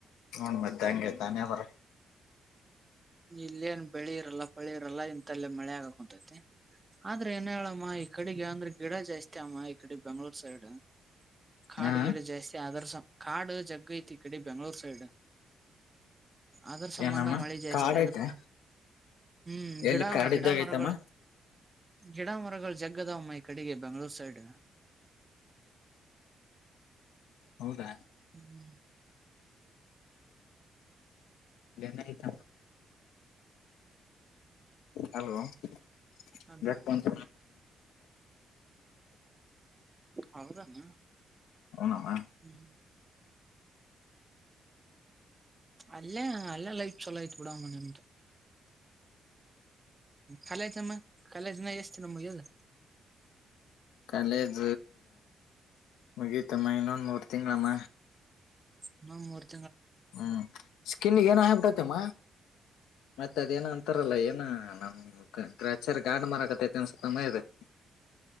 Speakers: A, on the left; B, on the right.
A: ಹನ್ ಮತ್ತೆ ಹಂಗಯ್ತಾನೆ ಬರ
B: ಇಲ್ಲೇನು ಬೆಳಿ ಇರಲ್ಲ ಪಳಿ ಇರಲ್ಲ ಇ ೇ ಮಳೆ ಆಗಕ್ ಉಂಟೈತೆ ಆದ್ರೆ ಏ ಹೇಳ ಅಮ್ಮ ಈ ಕಡೆಗೆ ಅಂದ್ರೆ ಗಿಡ ಜಾಸ್ತಿ ಅಮ್ಮ ಈ ಕಡೆ ಬೆಂಗ್ಳೂರ್ ಸೈಡ್ ಕಾಡ್
A: ಹಾ
B: ಗಿಡ ಜಾಸ್ತಿ ಅರ್ಸ ಕಾಡು ಜಗ್ಗ ಐತಿ ಈ ಕಡೆ ಬೆಂಗ್ಳೂರ್ ಸೈಡ್ ಅದ್ರ ಸಂಬಂಧ
A: ಏನಮ್ಮ
B: ಮಳೆ ಜಾಸ್ತಿ
A: ಕಾಡ್
B: ಆಗುತ್ತಾ
A: ಐತೆ
B: ಹ್ಮ್
A: ಎಲ್ಲಿ
B: ಗಿಡ
A: ಕಾಡ್
B: ಗಿಡ
A: ಇದ್ದಾಗ
B: ಮರಗಳು
A: ಐತಮ್ಮ
B: ಗಿಡ ಮರಗಳು ಜಗ್ಗದವಮ್ಮೈ ಕಡೆಗೆ ಬೆಂಗ್ಳೂರು ಸೈಡ್
A: ಹೌದಾ
B: ಹ್ಮ್
A: ಲನದ ತ ಹಲೋಂತ
B: ಅದು ಹೌದಾನ
A: ಹೌನಮ್ಮ
B: ಹ್ಮ್
A: <inaudible>
B: ಅಲ್ಲೇ ಅಲ್ಲೇ ಲೈಫ್ ಚಲೋ ಆಯ್ತ್ ಬಿಡ ಮನಂತ ಕಾಲ್ಮ್ಮ ಕಖಾಲಾಯ್ಿನ ಎಷ್ಟು ನಮಗೆದ
A: ಕಾಲೇಜ ಮುಗೀಿತಮ್ಮ ಇನ್ನೊಂದು ಮೂರು ತಿಂಗಳಮ್ಮ
B: ನ್ಡ್
A: ಹ್ಮ್ ಸ್ಕಿನ್ ಏನ ಹಬಿಟ್ಟೈತಮ್ಮ ಮತ್ತತ್ ಅದೇಏನ ಅಂತಾರಲ್ಲ ಏನ ನಮ್ ಗ್ರಾಚರ್ ಗಾಡ್ ಮರಕತ್ತೈತಿ ಒನ್ಸತ ಮದೆ <inaudible>